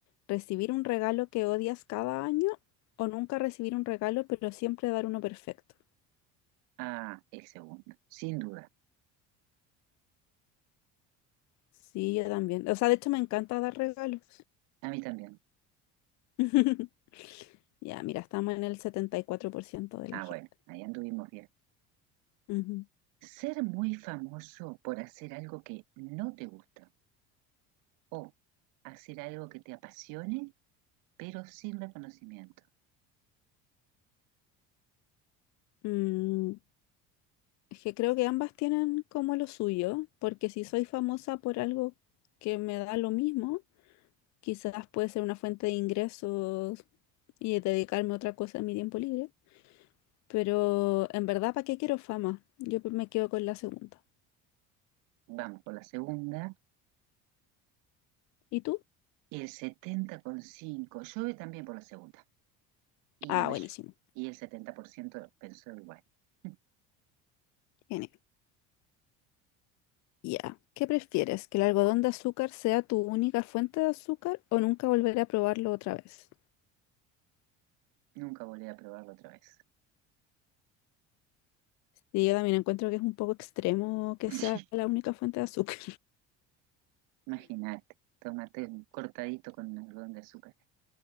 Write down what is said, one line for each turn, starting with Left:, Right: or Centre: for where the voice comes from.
Left: ¿Recibir un regalo que odias cada año o nunca recibir un regalo pero siempre dar uno perfecto?
Right: Ah, el segundo, sin duda.
Left: Sí, yo también. O sea, de hecho me encanta dar regalos.
Right: A mí también.
Left: <laughs> Ya, mira, estamos en el 74% de la
Right: Ah,
Left: gente.
Right: bueno, ahí anduvimos bien.
Left: Ujú.
Right: Ser muy famoso por hacer algo que no te gusta o hacer algo que te apasione, pero sin reconocimiento.
Left: Mm, es que creo que ambas tienen como lo suyo, porque si soy famosa por algo que me da lo mismo, quizás puede ser una fuente de ingresos y dedicarme a otra cosa en mi tiempo libre. Pero en verdad, ¿para qué quiero fama? Yo me quedo con la segunda.
Right: Vamos por la segunda.
Left: ¿Y tú?
Right: El setenta coma cinco Yo voy también por la segunda. Y
Left: Ah,
Right: la mayor.
Left: buenísimo.
Right: Y el 70% pensó igual. <laughs>
Left: Genial. Ya. ¿Qué prefieres? ¿Que el algodón de azúcar sea tu única fuente de azúcar o nunca volver a probarlo otra vez?
Right: Nunca volveré a probarlo otra vez.
Left: Y yo también encuentro que es un poco extremo que sea
Right: Sí,
Left: la única fuente de azúcar.
Right: imagínate, tomate un cortadito con un algodón de azúcar.